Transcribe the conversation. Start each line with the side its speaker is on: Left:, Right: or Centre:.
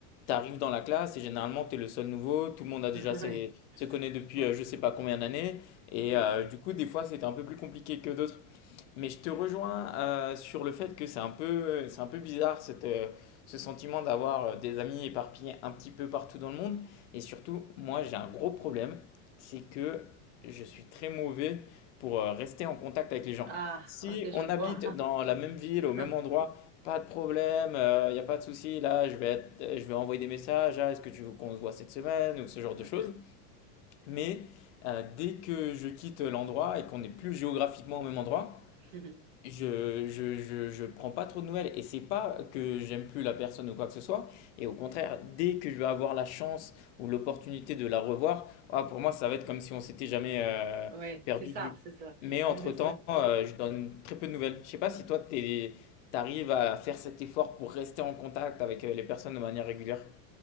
Left: tu arrives dans la classe et généralement tu es le seul nouveau, tout le monde a déjà
Right: mhm.
Left: ses,
Right: <laughs>
Left: se connaît depuis euh,
Right: Ouais.
Left: je sais pas combien d'années. Et
Right: Mm.
Left: euh, du coup, des fois, c'était un peu plus compliqué que d'autres. Mais je te rejoins euh, sur le fait que c'est un peu, c'est un peu bizarre cette, euh, ce sentiment d'avoir euh, des amis éparpillés un petit peu partout dans le monde. Et surtout, moi, j'ai un gros problème, c'est que je suis très mauvais pour euh, rester en contact avec les gens.
Right: Ah,
Left: Si
Right: ok, je
Left: on
Right: vois.
Left: habite dans la même ville, au même
Right: <laughs>
Left: endroit, pas de problème, il n'y a pas de souci. Là, je vais être- euh, je vais envoyer des messages. Ah, est-ce que tu veux qu'on se voit cette semaine ou ce genre
Right: Ouais,
Left: de choses. Mais euh, dès que je quitte l'endroit et qu'on n'est plus géographiquement au même endroit,
Right: <laughs>
Left: je, je, je, je prends pas trop de nouvelles et c'est pas que j'aime plus la personne ou quoi que ce soit. Et au contraire, dès que je vais avoir la chance ou l'opportunité de la revoir, ah, pour moi, ça va être comme si on s'était jamais euh,
Right: Ouais,
Left: perdu
Right: c'est ça,
Left: de vue.
Right: c'est ça,
Left: Mais
Right: <laughs>
Left: entre-temps,
Right: c'est ça.
Left: euh, je donne très peu de nouvelles. Je sais pas si toi, t'es, t'arrives à faire cet effort pour rester en contact avec euh, les personnes de manière régulière.